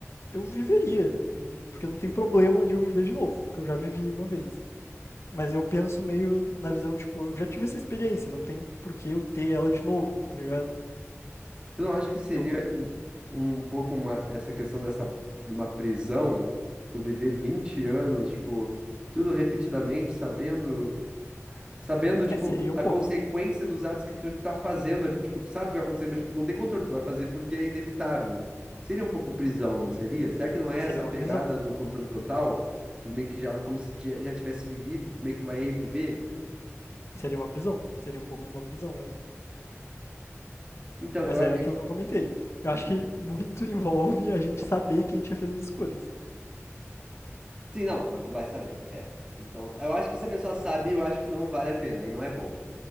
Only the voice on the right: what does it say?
Tu não acha que seria
um pouco uma, essa questão dessa, de uma prisão? Tu viver 20 anos, tipo, tudo repetidamente, sabendo Sabendo, tipo,
a
consequência dos atos que tu tá fazendo ali, tipo, tu sabe o que vai acontecer, mas tipo, tu não tem controle, tu vai fazer porque é inevitável. Seria um pouco prisão, não seria? Será que não é
essa
pegada
do controle total? Tu meio que já, como se ti- já tivesse vivido e tu meio que vai reviver?
Então,
eu... a-
É...
que-
Uhum.
Sim, não, mas tu vai saber, é. Então, eu acho que se a pessoa sabe, eu acho que não vale a pena, aí não é bom.